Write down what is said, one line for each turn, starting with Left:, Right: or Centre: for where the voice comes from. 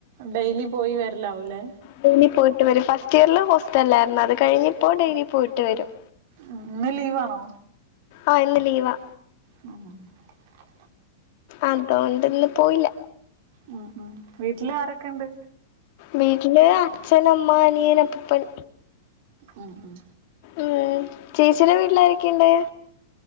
Right: ഡൈലി പോയി വേര്ലാവൂലേ
Left: ഡെയിലി പോയിട്ട് വരും ഫസ്റ്റിയർല് ഹോസ്റ്റലായിരുന്നു അത് കഴിഞ്ഞിപ്പോ ഡെയിലി പോയിട്ട് വരും
Right: ഉം ഇന്ന് ലീവാണോ
Left: ആഹ് ഇന്ന് ലീവാ
Right: ഉ <unintelligible>
Left: അതോണ്ട് ഇന്ന് പോയില്ല
Right: അഹ്‌ അഹ്‌ വീട്ടില് ആരൊക്കെണ്ട്
Left: വീട്ടില് അച്ഛനമ്മ അനിയൻ അപ്പൂപ്പൻ
Right: ഉം ഉം
Left: ഉം ചേച്ചിടെ വീട്ടില് ആരൊക്കെണ്ട്